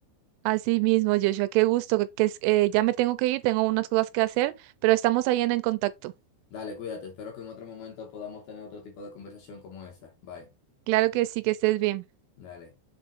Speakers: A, on the right (about 85°); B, on the left (about 65°).
A: Así mismo, Joshua, qué gusto, que que es- eh, ya me tengo que ir, tengo unas cosas que hacer, pero estamos ahí en el contacto.
B: Dale, cuídate, espero que en otro momento podamos tener otro tipo de conversación como esa. Bye,
A: Claro que sí, que estés bien.
B: dale.